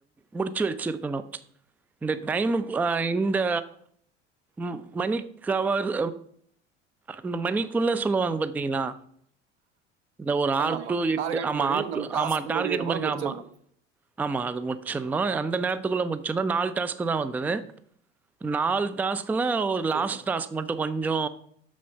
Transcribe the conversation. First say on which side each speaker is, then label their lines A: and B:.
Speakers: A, in the centre; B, on the right.
A: முடிச்சு வெச்சிருக்கணு இந்த டைம்க்கு அ இந்த ம் மணி கவர் அந்த மணிக்குள்ள சொல்லுவாங்க பாத்தீங்களா இந்த ஒரு
B: ஆமாமா
A: ஆர் டு எட்டு
B: டார்கெட்
A: ஆமாட்டு
B: மாரி நம்ம டாஸ்க்
A: ஆமா டார்கெட்
B: முடிக்கிற
A: மாரி
B: முடிச்சிர்ணு
A: ஆமா ஆமா அது முடிச்சுண்ணு அந்த நேரத்துக்குள்ள முடிச்சோன நால் டாஸ்கு தான் வந்தது நால் டாஸ்க் க்கெல்லா ஒரு
B: சேர்
A: லாஸ்ட்
B: சேரி
A: டாஸ்க் மட்டு கொஞ்சோ